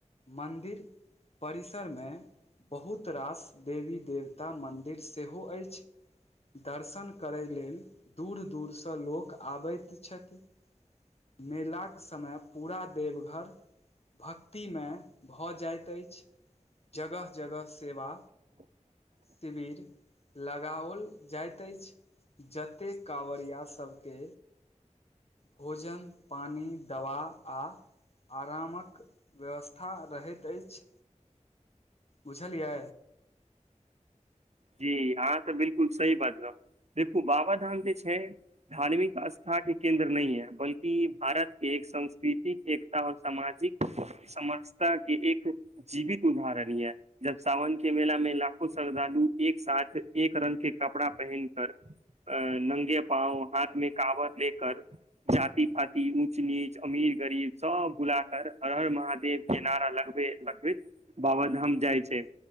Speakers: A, on the left (about 50°); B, on the right (about 60°).
A: मन्दिर परिसरमे बहुत रास देवी देवता मन्दिर सेहो अछि दर्शन करय लेल दूर दूरसँ लोक आबैत छथि मेलाक समय पूरा देवघर भक्तिमय भऽ जाइत अछि जगह जगह सेवा
B: <inaudible>
A: शिविर लगाओल जाइत अछि जतेक काँवरियासभके भोजन पानि दवा आ आरामक व्यवस्था रहैत अछि बुझलियै
B: जी हँं त बिलकुल सही बजलै देखू बाबा धाम जे छै धार्मिक सस्था के केंन्द्र नहि है बल्कि भारतके एक सांस्कृतिक एकता आऔर सामाजिक समसता के एक जीवित उदाहरण य है जब सावन के मेला मे लाखो श्रद्धालु एक साथ एक रंग के कपड़ा पहन कर अ नंगे पाँं हाथ में कावर लेकर जाति पाति ऊँच नीच अमीर गरीब सब भुला कर हरहर महादेव किनारा लगबै लगबैत बाबाधाम जाइ छै